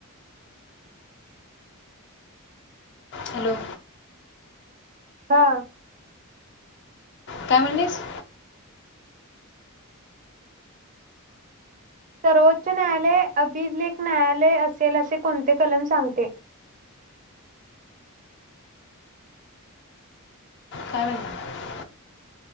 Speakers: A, on the left; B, on the right.
A: हॅलो
B: हा.
A: काय म्हणलीस?
B: सर्वोच्च न्यायालय अभिलेख न्यायालय असेल. असे कोणते कलम सांगते?
A: काय माहित.